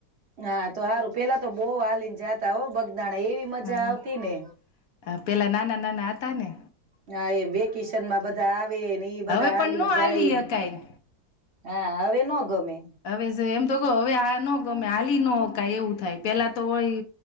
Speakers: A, on the right; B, on the left.
A: હા તો સારું પેલા તો બહ હલીને જાતા <unintelligible> બગ દાણા એવી
B: હા
A: મજા આવતી ને
B: પેલા નાના નાના હતા ને
A: હા એ વેકેશન માં બધા આવેને એ બધા
B: હવે
A: હાલીને
B: પણ ન
A: જાય
B: હાલી
A: ને
B: હકાય
A: હા હવે એ ન ગમે
B: હવે એમ તો કહ હવે આ ન ગમે હાલી ન ક એવું થાય પેલા તોય